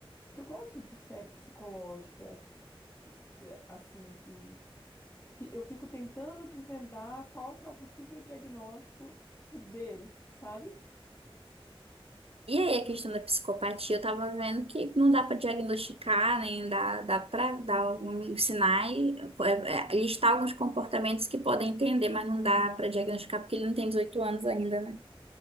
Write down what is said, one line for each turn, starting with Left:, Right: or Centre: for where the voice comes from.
Left: porque eu gosto de série psicológica. é, assim que fi- eu fico tentando desvendar qual que é o possível diagnóstico dele, sabe?
Right: E aí, a questão da psicopatia, eu tava vendo que não dá pra diagnosticar, nem dá, dá para dar alguns sinais, é, é, listar alguns comportamentos que podem entender, mas não dá pra diagnosticar porque ele não tem 18 anos ainda, né?